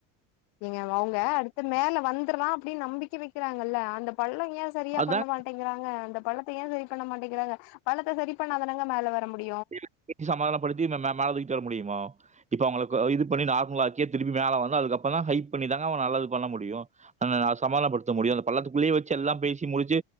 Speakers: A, on the left; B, on the right.
A: நீங்க அவங்க அடுத்து மேல வந்துரலா அப்புடின் நம்பிக்க வெக் க்கிறாங்கல்ல அந்த பள்ளோய் ஏ செரியா
B: அதான்
A: பண்ண மாட்டேங்கிறாங்க அந்த பள்ளத்த ஏ செரி பண்ண மாட்டேங்கிறாங்க பள்ளத்த செரி பண்ணாதானங்க மேல வர முடிய்
B: புரில்ல சமாதானப்படுத்தி மே மே மேல தூக்கி தர முடியுமா இப்ப அவங்களுக்கு இது பண்ணி நார்மலாக்கியே திரும்பி மேல வந்து அதுக்கப்பறோந்தா ஹைப் பண்ணிதாங்க அவ நல்லது பண்ண முடியு அதுனால சமதளப்படுத்த முடியு அந்த பள்ளத்துக்குள்ளயே வெச்சு எல்லாம் பேசி முடுச்சு